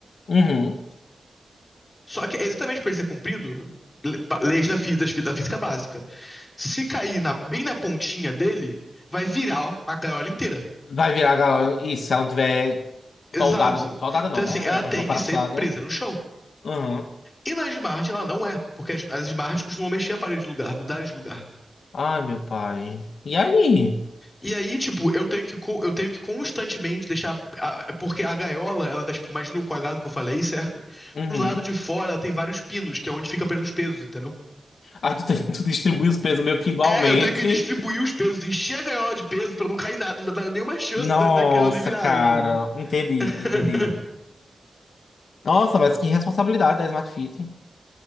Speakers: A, on the left; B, on the left.
A: Uhum.
B: Só que é exatamente por ele ser comprido, le- pa- leis da, fí- das fí- da física básica. Se cair na- bem na pontinha dele, vai virar a gaiola inteira.
A: Vai virar galera. Isso, se ela não tiver
B: Exato.
A: Soldada, soldada
B: Então,
A: não,
B: assim,
A: né?
B: ela
A: Essa
B: tem
A: não foi parafusada.
B: que ser presa no chão.
A: Uhum.
B: E na Smart ela não é, porque as, as Smart costumam mexer a parede de lugar, mudar de lugar.
A: Ai, meu pai. E aí?
B: E aí, tipo, eu tenho que, eu tenho que constantemente deixar. a- porque a gaiola, ela dá, tipo, imagina o quadrado que eu falei, certo?
A: Uhum.
B: Pro lado de fora ela tem vários pinos, que é onde fica preso os pesos, entendeu?
A: Aí tu, <laughs> tu distribui os pesos meio que igualmente.
B: É, eu tenho que distribuir os pesos, encher a gaiola de peso pra não cair nada, não dar nenhuma chance
A: Nossa,
B: da, daquela ali virar,
A: cara.
B: entendeu?
A: Entendi,
B: <laughs>
A: entendi. Nossa, mas que responsabilidade da Smart Fit.